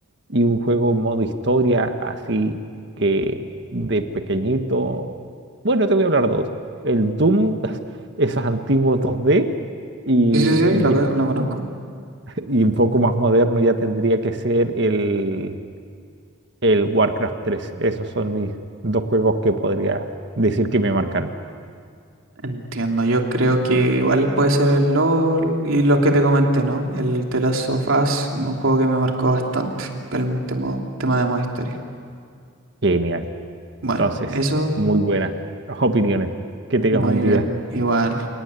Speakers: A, on the right; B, on the right.
A: y un juego modo historia así que de pequeñito, bueno, te voy a hablar dos, el Doom, <laughs> esos antiguos 2D, y,
B: Sí, sí, sí,
A: y
B: lo,
A: ya
B: co-
A: un
B: lo
A: poco
B: conozco.
A: más, <laughs> y un poco más moderno ya tendría que ser el, el Warcraft tres Esos son mis dos juegos que podría decir que me marcaron.
B: Entiendo, yo creo que igual puede ser el LOL y los que te comenté, ¿no? El The Last of Us, un juego que me marcó bastante, el tema, tema de modo historia.
A: Genial.
B: Bueno,
A: Entonces,
B: eso,
A: muy buenas opiniones. Que tengas
B: muy
A: buen día.
B: bien, igual.